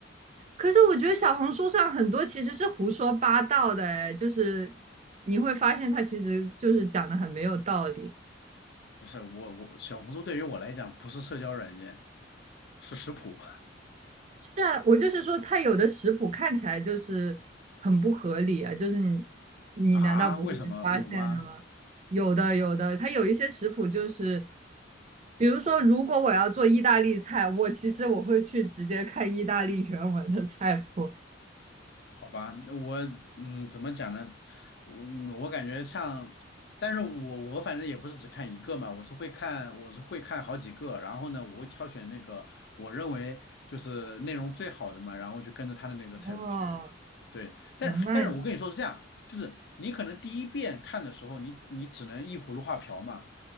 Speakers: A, on the right; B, on the left.
A: 可是我觉得小红书上很多其实是胡说八道的，哎，就是你会发现他其实就是讲的很没有道理。
B: 不是我我小红书对于我来讲不是社交软件，是食谱
A: 是啊，我就是说，它有的食谱看起来就是很不合理啊，就是你你难道不会发现的吗？
B: <laughs> 啊？为什么有吗？
A: 有的有的，它有一些食谱就是，比如说，如果我要做意大利菜，我其实我会去直接看意大利原文的菜谱。
B: 好吧，那我嗯，怎么讲呢？我我感觉像，但是我我反正也不是只看一个嘛，我是会看我是会看好几个，然后呢，我会挑选那个我认为就是内容最好的嘛，然后就跟着他的那个菜谱学。
A: 哦，
B: 对，但但是我跟你说是这样，
A: 哦，那
B: 就是你可能第一遍看的时候，你你只能依葫芦画瓢嘛，